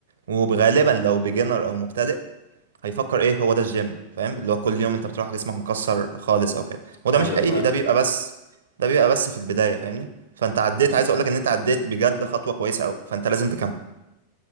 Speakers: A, on the right; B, on the left.
A: وغالبا لو بيجنر أو مبتدئ هيفكر إيه هو ده الجيم فاهم اللي هو كل يوم أنت بتروح جسمك مكسر خالص أو كده وده
B: ايوه
A: مش حقيقي
B: فاهم
A: ده بيبقى بس ده بيبقى بس في البداية فاهمني فأنت عديت
B: مم.
A: عايز أقولك إن أنت عديت بجد خطوة كويسة أوي فأنت لازم تكمل